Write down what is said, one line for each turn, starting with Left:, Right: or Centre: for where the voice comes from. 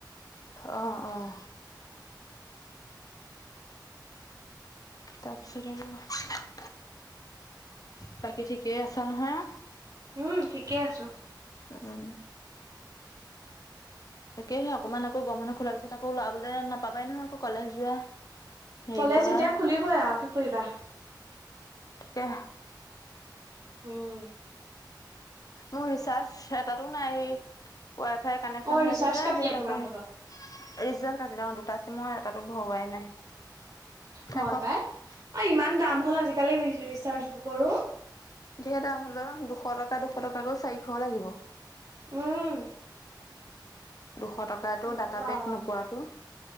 Left: অ অ তাৰপিছত আৰু বাকি ঠিকেই আছা নহয়?
Right: উম ঠিকে আছোঁ।
Left: উম তাকেহে, অকণমান আকৌ গৰম বন্ধ খোলাৰ পিছত আকৌ ল'ৰাই বোলে নাপাবাই নহয় আকৌ কলেজ যোৱা হেৰি
Right: কলেজ
Left: কৰা
Right: এতিয়া খুলিবই আৰু কি কৰিবা।
Left: তাকে
Right: উম
Left: মোৰ ৰিচাৰ্জ এটাতো নাই, ৱাই ফাই কানেকচন
Right: অ
Left: হৈ
Right: ৰিচাৰ্জ
Left: আছে যে
Right: কাটিলে
Left: সেই তাৰ
Right: তোমাৰ
Left: পৰা ৰিচাৰ্ছ
Right: ভাগৰ
Left: কাটিলে অ দুটা চিমৰ এটাতো ভৰোৱাই নাই। থাকক
Right: হয় পাই, অ ইমান দাম হ'ল আজিকালি ৰিচাৰ্ছ বুকৰো।
Left: ধেৰ দাম হল ও, দুশ টকা, দুশ টকা কৈ চাৰিশ লাগিব।
Right: উম
Left: দুশ টকাটো
Right: নকবা
Left: ডাটা পেক
Right: আৰু।
Left: নোপোৱাটো,